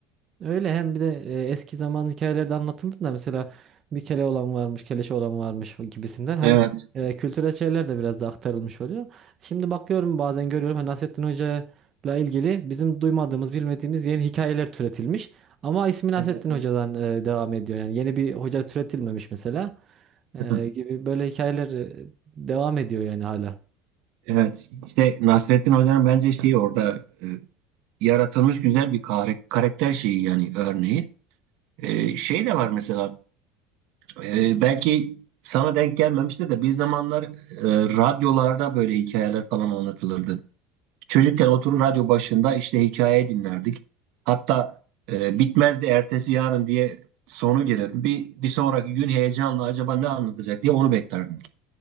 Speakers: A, on the right; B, on the right.
A: Öyle hem bir de e, eski zaman hikayelerde anlatıldı da mesela bir kele olan varmış, keleşe olan varmış gibisinden hani
B: Evet.
A: e, kültürel şeyler de biraz da aktarılmış oluyor. Şimdi bakıyorum bazen görüyorum hani Nasrettin Hoca'yla ilgili bizim duymadığımız, bilmediğimiz yeni hikayeler türetilmiş. Ama ismi Nasrettin
B: Evet evet.
A: Hoca'dan e, devam ediyor. Yani yeni bir hoca türetilmemiş mesela E,
B: <laughs>
A: gibi böyle hikayeler e, devam ediyor yani hala.
B: Evet. İşte Nasrettin Hoca'nın bence şeyi orada e, yaratılmış güzel bir kare- karakter şeyi yani örneği. E, şey de var mesela e, belki sana denk gelmemiştir de bir zamanlar e, radyolarda böyle hikayeler falan anlatılırdı. Çocukken oturur radyo başında işte hikaye dinlerdik. Hatta e, bitmezdi ertesi yarın diye sonu gelirdi. Bir, bir sonraki gün heyecanla acaba ne anlatacak diye onu beklerdik.